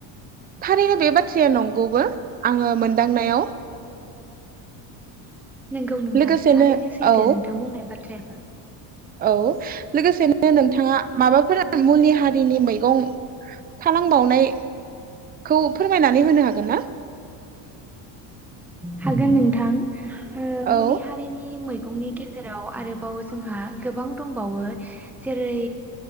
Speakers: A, on the right (about 20°); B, in the centre.
A: थारैनो बे बाथ्राया नंगौबो आङो मोनदांनायाव
B: नोंगौ नोंथां
A: लोगोसेनो
B: थारैनो सैथो
A: औ
B: नोंथां बुंनाय बाथ्रायाबो
A: औ लोगोसेनो नोंथाङा माबाफोर मुलि हारिनि मैगं थानांबावनायखौ फोरमायनानै होनो हागोन न?
B: हागोन नोंथां। हो मुलि
A: औ
B: हारिनि मै बिनि गेजेराव आरोबाव जोंहा गोबां दंबावो जेरै